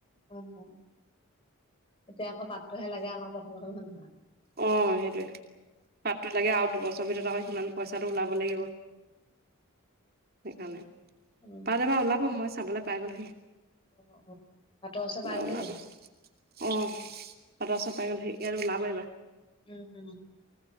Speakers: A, on the left (about 25°); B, on the right (about 45°).
A: অ'। অ এতিয়া আকৌ পাতটোহে লাগে আমাক প্ৰথম প্ৰথম মানে।
B: অ' সেইটোৱেই। পাতটো লাগে আৰু দুবছৰ ভিতৰত আকৌ সিমান পইচাটো ওলাব লাগিব। সেইকাৰণে
A: উম,
B: পাত এবাৰ ওলাব মই চাবলৈ পাই গ'লহি।
A: অ', অ', পাতৰ ওচৰ পাইগ'লেই
B: ওলাব।
A: লাগিব
B: অ' পাটচ। পাইগল সি এতিয়াৰ ওলাব এইবাৰ।
A: উম, উম,